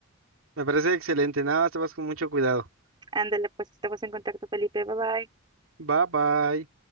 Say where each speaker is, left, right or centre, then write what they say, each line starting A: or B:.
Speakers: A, on the right (about 85°); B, on the right (about 20°).
A: Me parece excelente, nada más te vas con mucho cuidado.
B: Ándale, pues estamos en contacto, Felipe. Bye bye.
A: Bye bye.